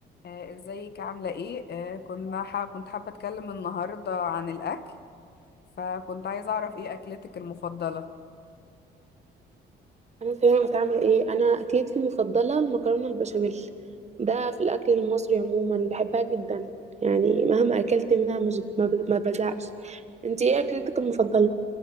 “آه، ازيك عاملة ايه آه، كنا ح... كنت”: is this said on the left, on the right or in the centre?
Left